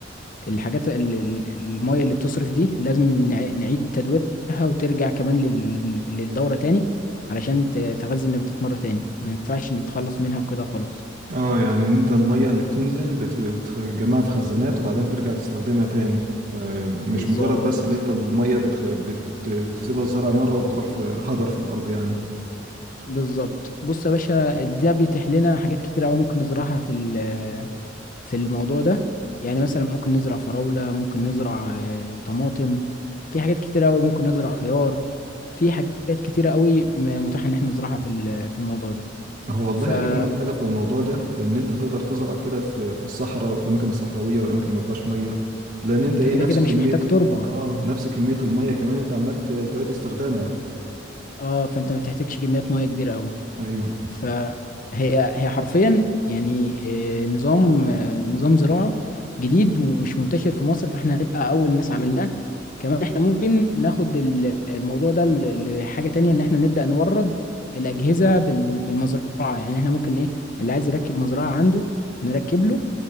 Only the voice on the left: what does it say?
الحاجات ال- ال- المية اللي بتصرف دي لازم نع- نعيد تدويرها وترجع كمان لل- للدورة تاني علشان ت- تغذي النباتات مرة تاني ما ينفعش نتخلص منها وكده خلاص
بالظبط
بالظبط بص يا باشا ده بيتيح لنا حاجات كتيرة أوي ممكن نزرعها في ال- في الموضوع ده يعني مثلا ممكن نزرع فراولة ممكن نزرع آه، طماطم في حاجات كتيرة أوي ممكن نزرع خيار في حاجات كتيرة قوي م- متاح ان احنا نزرعها في ال- في الموضوع ده
فانت
كده
كده
مش محتاج تربة
اه فانت ما بتحتاجش كميات مياه كبيرة قوي
فهي هي حرفيا يعني آه، نظام آه، نظام زراعة جديد ومش منتشر في مصر فاحنا هنبقى اول ناس عملناه كمان احنا ممكن ناخد ال- الموضوع ده ل- لحاجة تانية ان احنا نبدأ نورد الأجهزة بال- بالمزرعة يعني احنا ممكن ايه اللي عايز يركب مزرعة عنده نركب له